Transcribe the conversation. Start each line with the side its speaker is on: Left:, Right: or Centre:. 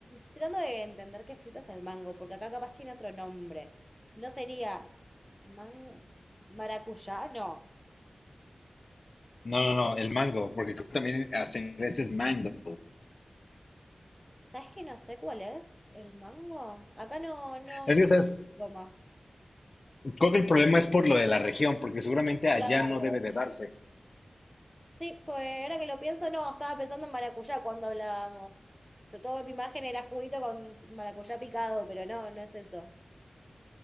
Centre: tratando de entender qué fruta es el mango, porque acá capaz tiene otro nombre. ¿No sería mango, maracuyá? No.
Left: No, no, no, el mango, porque creo que también hasta en inglés es mango.
Centre: ¿Sabes que no sé cuál es el mango? Acá no, no,
Left: Es
Centre: no.
Left: que, ¿sabes?
Centre: Goma.
Left: Creo que el problema es por lo de la región, porque seguramente allá
Centre: Claro.
Left: no debe de darse.
Centre: Sí, pues ahora que lo pienso, no, estaba pensando en maracuyá cuando hablábamos. De toda mi imagen era juguito con maracuyá picado, pero no, no es eso.